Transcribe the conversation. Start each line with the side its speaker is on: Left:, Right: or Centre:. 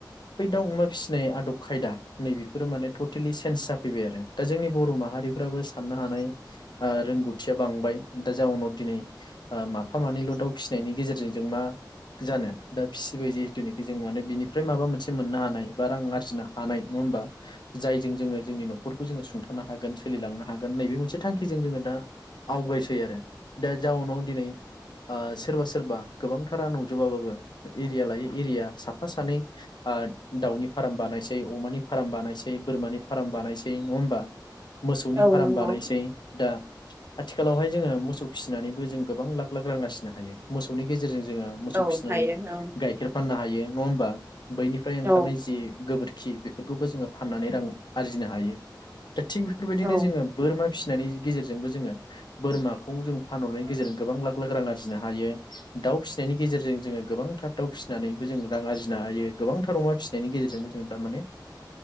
Left: बै दाव अमा फिसिनाय आदब खायदा नैबेफोरो माने टटेलि चेन्ज जाफैबाय आरो दा जोंनि बर' माहारिफ्राबो साननो हानाय आ रोंगौथिया बांबाय दा जाउनाव दिनै आ माफा मानैल' दाउ फिसिनायनि गेजेरजों जों मा जानो दा फिसिबाय जिहेथुनिखि जों माने बिनिफ्राय माबा मोनसे मोननो हानाय बा रां आरजिनो हानाय नङा होमबा? जायजों जोङो जोंनि न' न'खरखौ जोङो सुंथानो हागोन सोलिलांनो हागोन नैबे मोनसे थांखिजों जोङो दा आवगायसै आरो दा जाउनाव दिनै सोरबा सोरबा गोबांथारा नंजोबाबाबो एरिया लायै एरिया साफा सानै दाउनि फार्म बानायसै बसै अमानि फार्म बानायनोसै बोरमानि फार्म बानायसै नङा हबा मोसौनि
Right: औ
Left: फार्म
Right: नंगौ
Left: बानायसै दा आथिखालावहाय जोङो मोसौ फिसिनानैबो जों गोबां लाख लाख रां आरजिनो हायो मोसौनि गेजेरजों ज जोङो मोसौ
Right: औ
Left: फिसिनानै
Right: हायो औ
Left: गाइखेर फाननो हायो हायो नङा होमबा बैनिफ्राय ओंखारनाय
Right: औ
Left: जि गोबोरखि खि बेफोरखौबो जोङो फाननानै रां आरजिनो हायो थिग बेफोरबायदिनो
Right: औ
Left: जोङो बोरमा फिसिनायनि गेजेरजोंबो जोङो बोरमाखौ जों फानहरनायनि गेजेरजों गोबां लाख लाख रां आरजिनो हायो दाउ फिसिनायनि गेजेरजों जोङो गोबांथार दाउ फिसिनानैबो जों रां आरजिनो हायो गोबांथार अमा फिसिनायनि गेजेरजोंबो जों माने